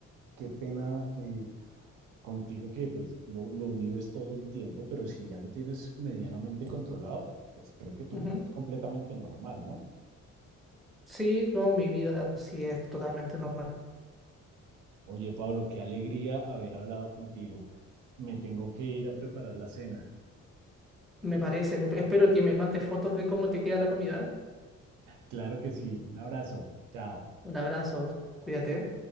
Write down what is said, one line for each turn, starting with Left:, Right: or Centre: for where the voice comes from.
Right: Qué pena. eh, contigo que pues lo, lo vives todo el tiempo, pero si ya lo tienes medianamente controlado, pues creo que tu
Centre: Ujú.
Right: vida es completamente normal, ¿no?
Centre: Sí, no, mi vida sí es totalmente normal.
Right: Oye, Pablo, qué alegría haber hablado contigo. Me tengo que ir a preparar la cena.
Centre: Me parece. Espero que me mandes fotos de cómo te queda la comida.
Right: Claro que sí. Un abrazo. Chao.
Centre: Un abrazo, cuídate.